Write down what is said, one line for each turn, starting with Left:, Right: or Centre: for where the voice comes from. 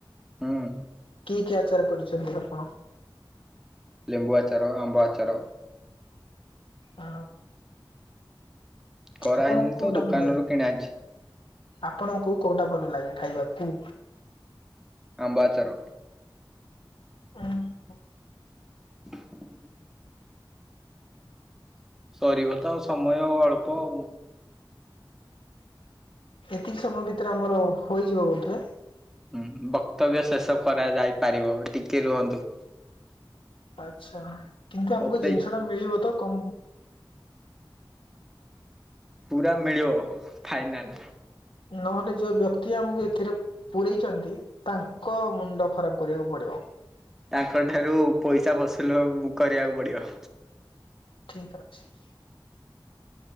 Centre: ହୁଁ।
Left: କି କି ଆଚାର କରିଛନ୍ତି ଆପଣ?
Centre: ଲେମ୍ବୁ ଆଚାର ଆମ୍ବ ଆଚାର।
Left: ହଁ
Centre: କରାହେଇନି
Left: ଆପଣଙ୍କୁ କୋଉଟା
Centre: ତ ଦୋକାନରୁ
Left: ଭଲଲାଗେ?
Centre: କିଣା ହେଇଛି।
Left: ଆପଣଙ୍କୁ କୋଉଟା ଭଲ ଲାଗେ ଖାଇବାକୁ?
Centre: ଆମ୍ବ ଆଚାର।
Left: ଉ
Centre: <inaudible> ସରିବ ତ ଆଉ ସମୟ ଅଳ୍ପ ଆଉ।
Left: ଏତିକି ସମୟ ଭିତରେ ଆମର ହୋଇଯିବ ବୋଧେ।
Centre: ହୁଁ ବକ୍ତବ୍ୟ ଶେଷ କରାଯାଇ ପାରିବ ଟିକେ ରୁହନ୍ତୁ।
Left: ଆଛା କିନ୍ତୁ ଆମକୁ
Centre: ଅପେ
Left: ଜିନିଷ ଟା ମିଳିବ ତ? କ
Centre: ପୁରା ମିଳିବ ଫାଇନାଲ।
Left: ନହେଲେ ଯୋଉ ବ୍ୟକ୍ତି ଆମକୁ ଏଥିରେ ପୁରେଇଛନ୍ତି ତାଙ୍କ ମୁଣ୍ଡ ଖରାପ କରିବାକୁ ପଡିବ।
Centre: ତାଙ୍କ ଠାରୁ ପଇସା ବସୁଲ କରିବାକୁ ପଡିବ।
Left: ଠିକ ଅଛି।